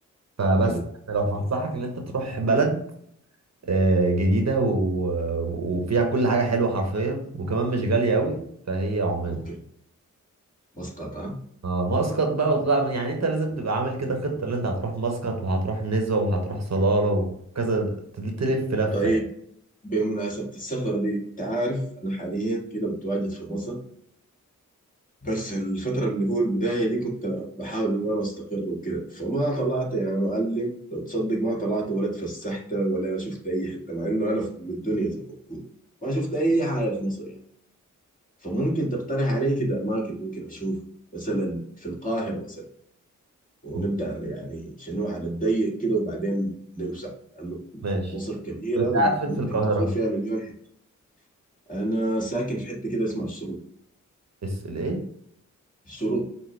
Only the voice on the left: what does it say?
حلو
حلو
مم.
اوكي مسقط ها
طيب
بمناسبة السفر دي انت عارف انا حاليا كده متواجد في مصر بس الفترة اللي هو البداية دي كنت بحاول انه انا استقر وكده فما طلعت يا معلم لو تصدق ما طلعت ولا اتفسحت ولا شفت اي حتة مع انه انا في ام الدنيا زي ما بقول ما شفت اي حاجة في مصر يعني فممكن تقترح علي كده اماكن ممكن اشوفها مثلا في القاهرة مثلا ونبدأ
يعني شنو على الضيق كده وبعدين نوسع لأنه
مصر كبيرة
وممكن
تزور فيها مليون حتة أنا ساكن في حتة كده اسمها الشروق
الشروق